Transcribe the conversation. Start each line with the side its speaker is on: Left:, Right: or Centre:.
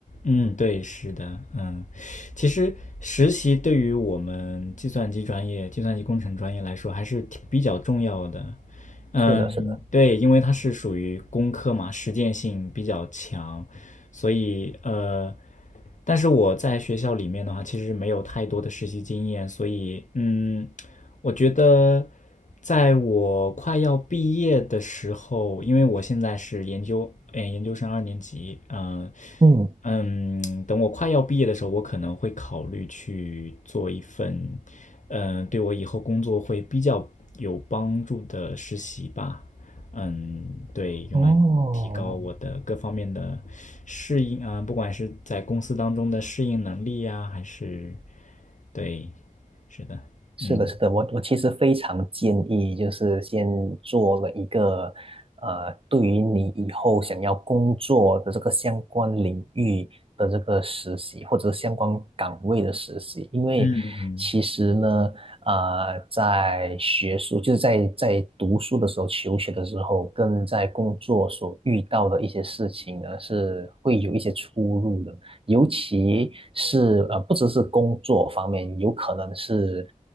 Left: 嗯，对，是的，嗯，其实实习对于我们计算机专业、计算机工程专业来说还是挺比较重要的，嗯，
Right: 是的，是的。
Left: 对，因为它是属于工科嘛，实践性比较强，所以呃，但是我在学校里面的话，其实没有太多的实习经验，所以嗯，我觉得在我快要毕业的时候，因为我现在是研究，哎，研究生二年级，嗯、
Right: 嗯，
Left: 嗯，等我快要毕业的时候，我可能会考虑去做一份，嗯，对我以后工作会比较有帮助的实习吧。嗯，对，用来提高我的各方面的适应啊，
Right: 哦。
Left: 不管是在公司当中的适应能力呀，还是，对，是的，
Right: 是的，
Left: 嗯
Right: 是的，我我其实非常建议，就是先做了一个，呃，对于你以后想要工作的这个相关领域的这个实习，或者相关岗位的实习，因为其实呢，
Left: 嗯
Right: 呃，在学术，就是在在读书的时候、求学的时候，跟在工作所遇到的一些事情呢，是会有一些出入的。尤其是呃，不只是工作方面，有可能是